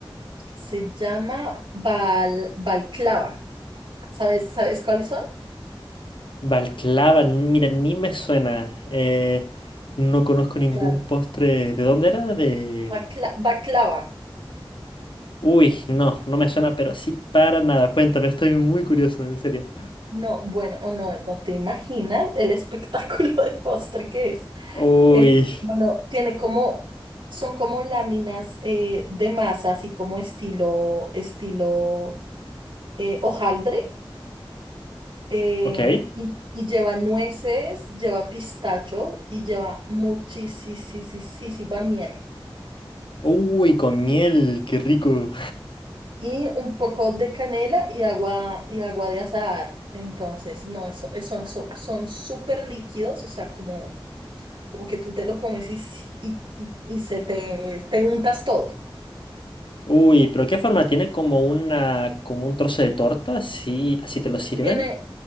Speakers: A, on the right; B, on the left.
A: se llama bal, balclava. ¿Sabes, sabes cuáles son?
B: Balclava, mira, ni me suena. Eh, no conozco ningún
A: Claro.
B: postre. ¿De dónde era? De...
A: Bacla- baklava.
B: Uy, no, no me suena, pero sí para nada. Cuéntame, estoy muy curioso, en serio.
A: No, bueno, o no, no te imaginas el espectáculo de postre que es.
B: Uy,
A: Es, bueno, tiene como, son como láminas eh, de masa, así como estilo, estilo eh, hojaldre, eh,
B: ok.
A: y, y lleva nueces, lleva pistacho y lleva muchísima miel.
B: Uy, con miel, qué rico.
A: y un poco de canela y agua, y agua de azahar. Entonces, no, eso, eh, son, so- son súper líquidos, o sea, como, como que tú te lo comes y, s- y, y- y se te, te untas todo.
B: Uy, pero ¿qué forma tiene? Como una, como un trozo de torta, sí, así te lo sirven.
A: Tiene,